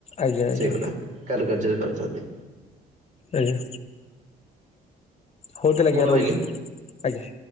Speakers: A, on the left; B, on the right.
A: ଆଜ୍ଞା ଆଜ୍ଞା
B: ସେଇଗୁଡା କାରୁ କାର୍ଯ୍ୟରେ କରିଥାନ୍ତି।
A: ଆଜ୍ଞା। ହଉ ତାହାଲେ
B: ମୁଁ
A: ଆଜ୍ଞା
B: ରହିଲି।
A: ରହୁଛିୁ। ଆଜ୍ଞା।